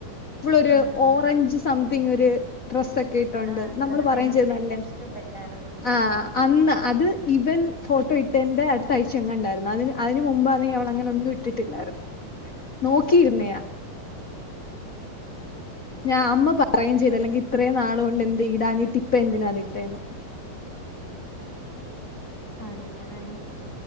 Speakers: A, on the left; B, on the right.
A: ഇവിളൊരു
B: ആഹ്
A: ഓറഞ്ച്
B: ആന്ന്
A: സംതിങ് ഒര് ഡ്രസ്സ ക്കെ ഇട്ടോണ്ട്
B: ആഹ്
A: നമ്മള്
B: ഡ്രസ്സ്
A: പറയേം
B: എനിക്ക്
A: ചെയ്നല്ലേ
B: ഭയങ്കര ഇഷ്ടപ്പെട്ടായിരുന്നു
A: ആഹ് അന്ന് അത് ഇവൻ ഫോട്ടോ ഇട്ടേന്റെ അടുത്ത ആഴ്ചയങ്ങാണ്ടായിരുന്നു അതിന് അതിന് മുമ്പാനെങ്കി അവള ങ്ങനൊന്നും ഇട്ട് ട്ടിട്ടില്ലായിരുന്നു നോക്കിയിരുന്നെയാ
B: ശരിയാ
A: ഞാ അമ്മ പറയും
B: ചെലപ്പായിരിക്കും
A: ചെയ്തല്ലെങ്കി ഇത്രയും നാളുകൊണ്ട് എന്ത് ഇടാഞ്ഞിട്ട് ഇപ്പം എന്തിനാ അത് ഇട്ടേന്ന്
B: കാണിക്കാനാരിക്കും